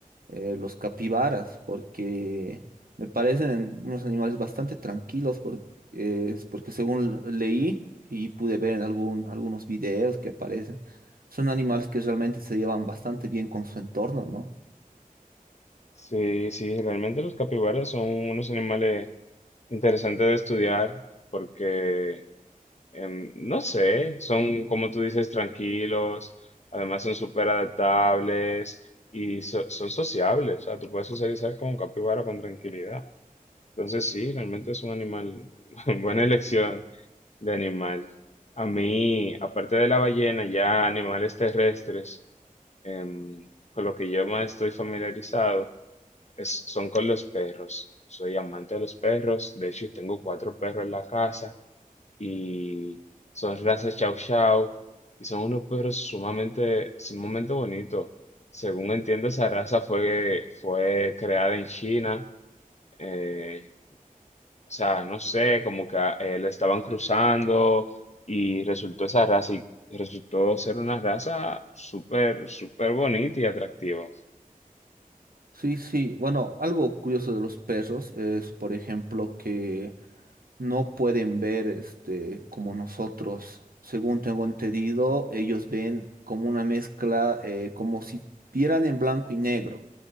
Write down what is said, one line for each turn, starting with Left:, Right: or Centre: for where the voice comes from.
Right: Eh, los capibaras, porque me parecen unos animales bastante tranquilos, por- eh, es porque según leí y pude ver en algún, algunos videos que aparecen, son animales que realmente se llevan bastante bien con su entorno, ¿no?
Left: Sí, sí, realmente los capibaras son unos animales interesantes de estudiar porque, em, no sé, son, como tú dices, tranquilos, además son súper adaptables y so- son sociables, o sea, tú puedes socializar con un capibara con tranquilidad. Entonces sí, realmente es un animal, <laughs> buena elección de animal. A mí, aparte de la ballena, ya animales terrestres, em, con lo que yo más estoy familiarizado es- son con los perros. Soy amante de los perros, de hecho tengo cuatro perros en la casa y son razas Chow Chow y son unos perros sumamente, sumamente bonitos. Según entiendo, esa raza fue, fue creada en China eh, o sea, no sé, como que eh, la estaban cruzando y resultó esa raza y resultó ser una raza súper, súper bonita y atractiva.
Right: Sí, sí, bueno, algo curioso de los perros es, por ejemplo, que no pueden ver este como nosotros. Según tengo entendido, ellos ven como una mezcla, eh, como si vieran en blanco y negro,